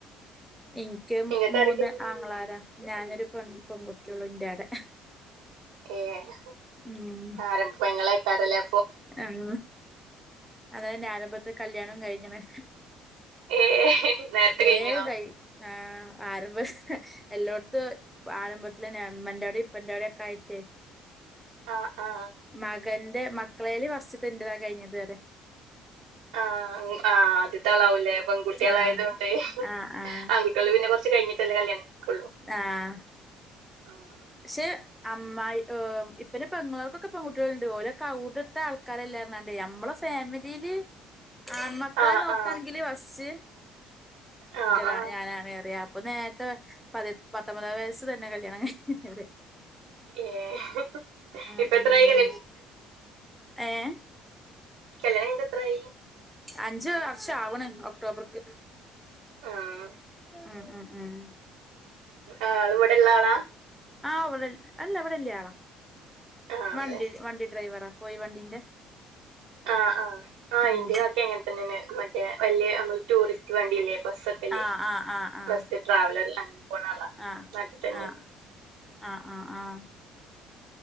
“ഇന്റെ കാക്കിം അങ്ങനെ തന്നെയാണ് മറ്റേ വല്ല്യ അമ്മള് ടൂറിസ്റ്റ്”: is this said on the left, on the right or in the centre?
Right